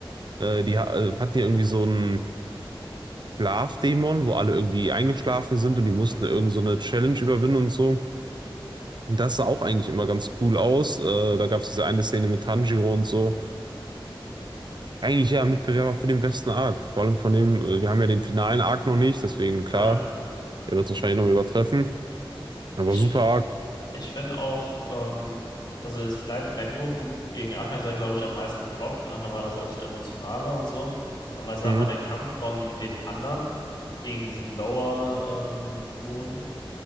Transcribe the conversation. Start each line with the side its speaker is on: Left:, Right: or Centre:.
Right: äh, die ha- äh, hatten ja irgendwie so einen Schlafdämon, wo alle irgendwie eingeschlafen sind und die mussten
Left: Mhm.
Right: irgend so eine Challenge überwinden und so. Und das sah auch eigentlich immer ganz cool aus. Äh, da gab es diese eine Szene mit Tanjiro und so. Eigentlich ja
Left: Ja.
Right: Mitbewerber für den besten Arc. Vor allem von dem, äh, wir haben ja den finalen Arc noch nicht, deswegen klar,
Left: Ja.
Right: der wird es wahrscheinlich noch übertreffen. Aber
Left: Ich,
Right: super Arc.
Left: Ich finde auch, ähm, also es bleibt Rengoku gegen Akaza, glaube ich, am meisten im Kopf, einfach weil das auch so emotional war und so. Aber ich sag
Right: Hm.
Left: mal, der Kampf von den anderen gegen diesen Lower ähm, Moon,